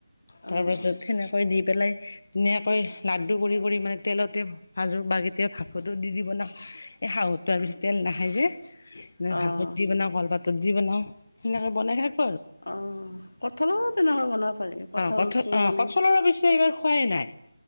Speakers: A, on the left; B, on the left.
A: তাৰপাছত
B: অ',
A: সেনেকৈ দি পেলাই ধুনীয়াকৈ লাডু লাডু কৰি কৰি মানে তেলতে ভাজোঁ বা কেতিয়াবা ভাপতো দি দি বনাওঁ। এই শাহুটোৱে আৰু বেছি তেল নাখায় যে। সেনেকে
B: অ',
A: ভাপত দি বনাওঁ, কলপাতত দি বনাও, সেনেকে বনাই থাক <unintelligible> অ',
B: অ', কঁঠালৰো তেনেকুৱা বনাব পাৰি কঁঠালটো
A: কঠ অ',
B: মানে
A: কঠালৰ অৱশ্যে এইবাৰ খোৱাই নাই।